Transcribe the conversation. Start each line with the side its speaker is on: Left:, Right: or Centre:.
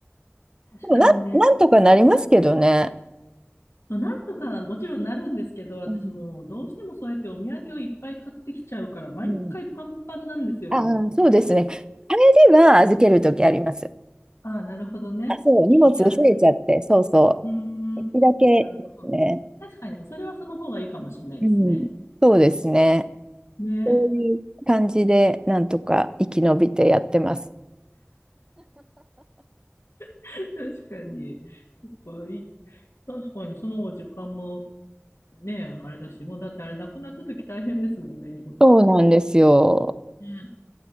Left: 確かにね。
Right: でもなん、なんとかなりますけどね。
Left: そう、なんとかもちろんなるんですけど、私もうどうしてもそうやってお土産をいっぱい買ってきちゃうから、
Right: うん、
Left: 毎回パンパンなんですよ、
Right: うん、ああ、
Left: も
Right: そうですね。あれでは預けるときあります。
Left: う。ああ、なるほどね。
Right: あ、そう、荷物増えちゃって、
Left: 行きやね。
Right: そうそ
Left: うー
Right: う。
Left: ん。
Right: 一だけですね。
Left: なるほど。確かに、それはその方がいいかもしれないですね。
Right: うん、そうですね。
Left: ね。
Right: そういう感じで、なんとか生き延びてやってます。
Left: <laughs> 確かに。<laughs> そっか、いい確かに、その方が時間もねえ、あれだし、もうだってあれなくなった時大変ですもんね、荷物。
Right: そうなんですよ。
Left: ね